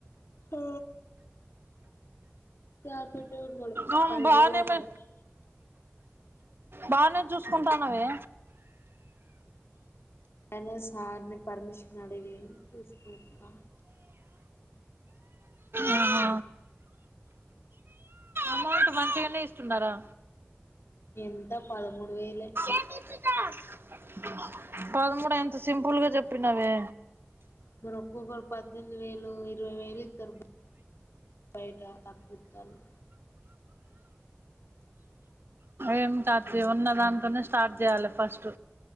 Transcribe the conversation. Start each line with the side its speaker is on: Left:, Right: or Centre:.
Left: ఆ నా తోటే ఉన్నాడు
Right: ఆ
Left: పది
Right: బానే
Left: రోజులు అయితంది
Right: మే బాగానే చూసుకుంటానవి
Left: అ సార్ పర్మిషన్ అడిగి తీసుకొస్తా
Right: ఆహ అమౌంట్ మంతగానే చున్నారా
Left: ఎంత పదమూడు వేలే
Right: <inaudible> పదమూడు ఎంత సింపుల్గా చెప్పినవే
Left: మరి ఒక్కొక్కరు పద్దెనిమిది వేలు ఇరవై వేలు ఇస్తారు బయట తకు చాలు
Right: ఏమిటార్ ఉన్న దాంట్నే స్టార్ట్ చేయాలి ఫస్ట్